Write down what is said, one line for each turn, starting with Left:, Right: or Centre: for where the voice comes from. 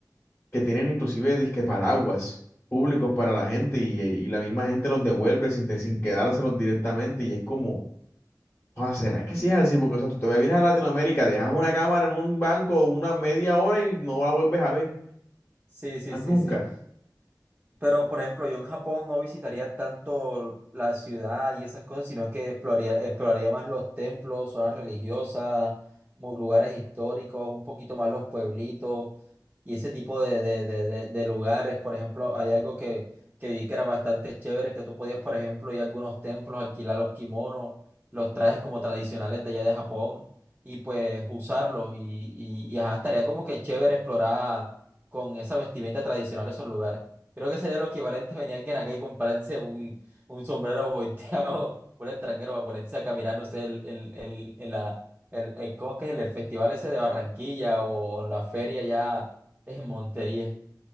Left: que tienen inclusive disque paraguas públicos para la gente y, y la misma gente los devuelve sin, te- sin quedárselos directamente y es como... Ah, ¿será que sí es así? Porque, o sea, tú te vienes a Latinoamérica, dejas una cámara en un banco una media hora y no la vuelves a ver,
Right: Sí, sí,
Left: más
Right: sí,
Left: nunca.
Right: sí. Pero, por ejemplo, yo en Japón no visitaría tanto la ciudad y esas cosas, sino que exploraría, exploraría más los templos, zonas religiosas, mu- lugares históricos, un poquito más los pueblitos y ese tipo de, de, de, de, de lugares. Por ejemplo, hay algo que, que vi que era bastante chévere, que tú podías, por ejemplo, ir a algunos templos, alquilar los kimonos, los trajes como tradicionales de allá de Japón y pues usarlos. Y, y, y ajá, estaría como que chévere explorar con esa vestimenta tradicional esos lugares. Creo que sería lo equivalente venir alguien acá y comprarse un, un sombrero volteado <laughs> por el extranjero para ponerse a caminar, no sé, el, el, el, en la, el, el- ¿cómo es que es? El festival ese de Barranquilla o en la feria ya en Montería.